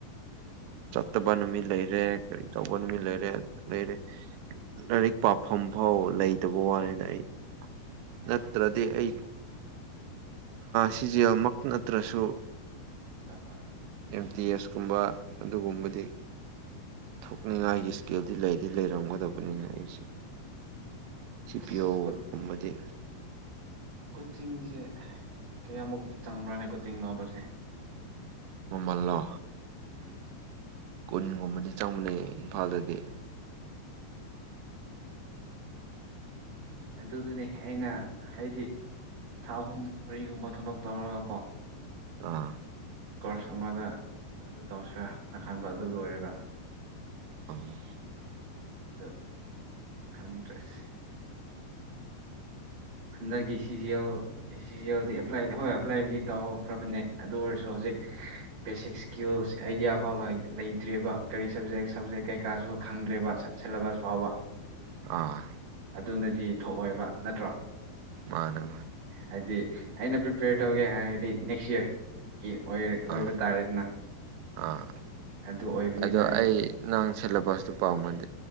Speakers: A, on the right; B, on the right.
A: ꯎꯝ
B: ꯐꯠꯇꯕ ꯅꯨꯃꯤꯠ ꯂꯩꯔꯦ ꯀꯔꯤ ꯇꯧꯕ ꯅꯨꯃꯤꯠ ꯂꯩꯔꯦ ꯂꯩꯔꯦ ꯂꯥꯏꯔꯤꯛ ꯄꯥꯐꯝ ꯐꯥꯎ ꯂꯩꯇꯕ ꯋꯥꯅꯤꯗ ꯑꯩ
A: ꯎꯝ
B: ꯅꯠꯇ꯭ꯔꯗꯤ ꯑꯩ ꯁꯤꯖꯦꯜꯃꯛ ꯅꯠꯇ꯭ꯔꯁꯨ
A: ꯍꯣꯏ ꯍꯣꯏ
B: ꯑꯦꯝ ꯇꯤ ꯑꯦꯁ ꯀꯨꯝꯕ ꯑꯗꯨꯒꯨꯝꯕꯗꯤ
A: ꯎꯝ
B: ꯊꯣꯛꯅꯤꯡꯉꯥꯏꯒꯤ ꯏꯁꯀꯤꯜꯗꯤ ꯂꯩꯗꯤ ꯂꯩꯔꯝꯒꯗꯕꯅꯤꯅꯦ ꯑꯩꯁꯦ
A: ꯎꯝ
B: ꯁꯤ
A: ꯑꯁ
B: ꯄꯤꯌꯣ ꯒꯨꯝꯕꯗꯤ
A: ꯀꯣꯆꯤꯡꯁꯦ ꯀꯌꯥꯃꯨꯛꯇꯤ ꯆꯪꯕ꯭ꯔꯥꯅꯦ ꯀꯣꯆꯤꯡ ꯂꯧꯕꯁꯦ
B: ꯃꯃꯜꯂꯣ
A: ꯎꯝ
B: ꯀꯨꯟꯒꯨꯝꯕꯗꯤ ꯆꯪꯕꯅꯦ ꯏꯝꯐꯥꯜꯗꯗꯤ <inaudible>
A: ꯑꯗꯨꯗꯨꯅꯤ ꯑꯩꯅ ꯍꯥꯏꯗꯤ ꯊꯥ ꯑꯍꯨꯝ ꯃꯔꯤꯒꯨꯝꯕ ꯊꯕꯛ ꯇꯧꯔꯒ ꯀꯣ
B: ꯑꯥ
A: ꯀꯣꯔꯁ ꯑꯃꯗ ꯑꯗꯨ ꯇꯧꯁꯦꯔꯥ ꯅꯥ ꯈꯟꯕ ꯑꯗꯨ ꯂꯣꯏꯔꯒ
B: ꯎꯝ
A: ꯑꯥ ꯈꯪꯗ꯭ꯔꯦ ꯑꯁ ꯍꯟꯗꯛꯀꯤ ꯁꯤꯖꯤ ꯑꯦꯜ ꯁꯤꯖꯤ ꯑꯦꯜꯗꯤ ꯍꯣꯏ ꯑꯦꯄ꯭ꯂꯥꯏꯕꯨꯗꯤ ꯇꯧꯈ꯭ꯔꯕꯅꯦ ꯑꯗꯨ ꯑꯣꯏꯔꯁꯨ ꯍꯧꯖꯤꯛ ꯕꯦꯁꯤꯛ ꯏꯁꯀꯤꯜꯁ ꯑꯩꯗꯤꯌꯥ ꯐꯥꯎ ꯂꯩꯇ꯭ꯔꯦꯕ ꯀꯔꯤ ꯁꯕꯖꯦꯛ ꯁꯞꯖꯦꯛ ꯀꯩꯀꯥꯁꯨ ꯈꯪꯗ꯭ꯔꯦꯕ ꯁꯦꯂꯦꯕꯁ ꯐꯥꯎꯕ
B: ꯑꯥ
A: ꯑꯗꯨꯅꯗꯤ ꯊꯣꯛꯑꯣꯏꯕ ꯅꯠꯇ꯭ꯔꯣ
B: ꯃꯥꯅꯦ ꯃꯥꯅꯦ
A: ꯍꯥꯏꯗꯤ ꯑꯩꯅ ꯄ꯭ꯔꯤꯄꯦꯌꯔ ꯇꯧꯒꯦ ꯍꯥꯏꯔꯗꯤ ꯅꯦꯛꯁ ꯌꯥꯔ ꯒꯤ ꯑꯣꯏ ꯑꯣꯏꯕ
B: ꯑꯥ
A: ꯇꯥꯔꯦꯗꯅ
B: ꯑꯥ
A: ꯑꯗꯨ ꯑꯣꯏꯕꯅꯤꯅ
B: ꯑꯗꯣ ꯑꯩ ꯅꯪ ꯁꯦꯂꯦꯕꯁꯇꯣ ꯄꯥꯝꯃꯗꯤ